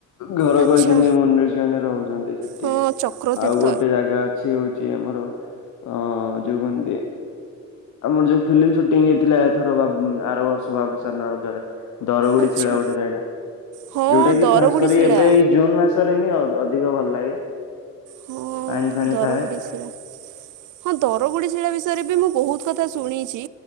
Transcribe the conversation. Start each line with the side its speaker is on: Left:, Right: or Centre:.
Left: ଘର
Right: ଆଚ୍ଛା।
Left: କରିଛନ୍ତି ମୁନି ରୁଷି ମାନେ ରହୁଛନ୍ତି ସେଠି
Right: ହଁ ଚକ୍ରତୀର୍ଥ
Left: ଆଉ ଗୋଟେ ଜାଗା ଅଛି ହଉଛି ଆମର ଅ ଯୋଉ କହନ୍ତି ଆମର ଯୋଉ ଫିଲ୍ମ ସୁଟିଂ ହେଇଥିଲା ଏଥର ବାବୁ ଉଁ ଆର ବର୍ଷ ବାବୁସାନର ରଜରେ ଦରଗୁଡି
Right: ଆଚ୍ଛା।
Left: ସିଳା ଗୋଟେ ଜାଗା
Right: ହଁ
Left: ଯୋଉଟା କି
Right: ଦରଗୁଡି
Left: ଖାସ କରି
Right: ଶିଳା।
Left: ଏବେ ଏଇ ଜୁନ ମାସରେ ହିଁ ଆଉ ଅଧିକ ଭଲ ଲାଗେ
Right: ହଁ
Left: ପାଣି ଫାଣି
Right: ଦରଗୁଡି
Left: ଥାଏ।
Right: ଶିଳା ହଁ ଦରଗୁଡି ଶିଳା ବିଷ ବିଷୟରେ ମୁଁ ବହୁତ କଥା ଶୁଣିଚି